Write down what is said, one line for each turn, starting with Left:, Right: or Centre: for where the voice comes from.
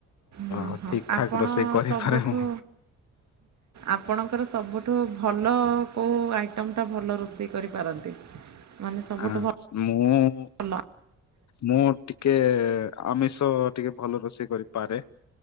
Right: ହଁ
Left: ତ
Right: ହଁ
Left: ଠିକ
Right: ଆପଣ
Left: ଠାକ ରୋଷେଇ କରିପାରେ
Right: ସବୁଠୁ
Left: ମୁ।
Right: ଆପଣଙ୍କର ସବୁଠୁ ଭଲ କୋଉ ଆଇଟମ ଟା ଭଲ ରୋଷେଇ କରିପାରନ୍ତି ମାନେ ସବୁଠୁ
Left: ଆ
Right: ଭଲ
Left: ମୁଁ
Right: ଭଲ
Left: ମ ଟିକେ ଆମିଷ ଟିକେ ଭଲ ରୋଷେଇ କରିପାରେ